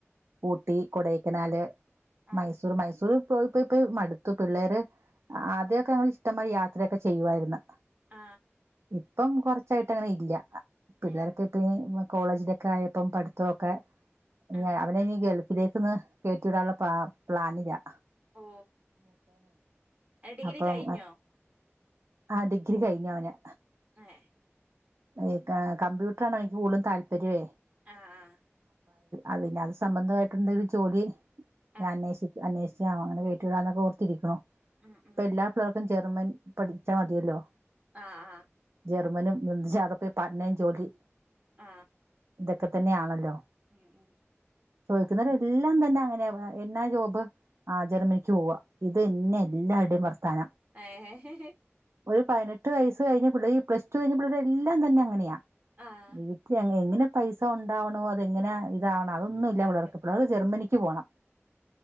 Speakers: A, on the right; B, on the right.
A: ഊട്ടി കൊടൈക്കനാല്
B: ആഹ്
A: മൈസൂർ മൈസൂർ പോയിപ്പോയിപ്പോയി മടുത്ത് ത്തു പിള്ളേര് ആദ്യമൊക്കെ ഞങ്ങൾ ഇഷ്ടംമായി യാത്രയൊക്കെ ചെയ്യുവാരുന്ന്
B: ആ
A: ഇപ്പം കൊറച്ചായിട്ട് അങ്ങനെ ഇല്ല പിള്ളേർക്കെ
B: ഏഹ്
A: ഇപ്പ ഇനി വ കോളേജിലൊക്കെ ആയപ്പം പഠിത്തൊക്കെ ഇനി
B: ആഹ്
A: അവനെ ഇനി ഗൾഫി ഇതേക്കന്ന് കേറ്റിവിടാനുള്ള പ്ലാ പ്ലാനില്ലാ
B: ഓ ഡിഗ്രി
A: അപ്പം
B: കഴിഞ്ഞോ
A: ആ ഡിഗ്രി കഴിഞ്ഞഅവന്
B: ഏ
A: ഈ ക കമ്പ്യൂട്ടറാണ് അയാക്ക് കൂടുതലും താല്പര്യമേ
B: അ ആ
A: അപിന്നെ അത് സംബന്ധമായിട്ടേന്തെലും ജോലി ഞാൻ
B: ആഹ്
A: അന്വേഷിക്ക അന്വേഷ ക്ഷേ അങ്ങനെ കേറ്റിവിടാന്നൊക്കെ ഓത്തിരിക്കുണു
B: ഉം
A: ഇപ്പൊ
B: ഉം
A: എല്ലാ പിള്ളേർക്കും ജെർമെൻ പഠിച്ചാൽ മതിയല്ലോ
B: ആ ആ
A: ജെർമനും മുൻസി യർ പ്പി പട്നയും ജോലി
B: ആ
A: ഇതൊക്കെ തന്നെയാണല്ലോ
B: ഉം ഉം
A: ചോദിക്കുന്നവരെല്ലാം തന്നെ അങ്ങനെ എന്നാ ജോബ് ആ ജർമ്മനിക്ക് പോവാ ഇത്ന്നേ എല്ലാരടേം വർത്താനം
B: ഏഹ്
A: ഒരു പതിനെട്ട് വയസ് കഴിഞ്ഞ പ്ലസ്ടു കഴിഞ്ഞ പിള്ളേരെല്ലാം തന്നെ അങ്ങനെയാ
B: ആഹ്
A: വീട്ടിൽ അങ്ങ് എങ്ങന പൈസ ഉണ്ടാവണോ അതെങ്ങനെയാ വണം അതൊന്നും
B: ഇണ്ടാക്കണം.
A: ഇല്ല പിള്ളാർക്ക് പിള്ളാർക്ക് ജർമ്മനിക്ക് പോണം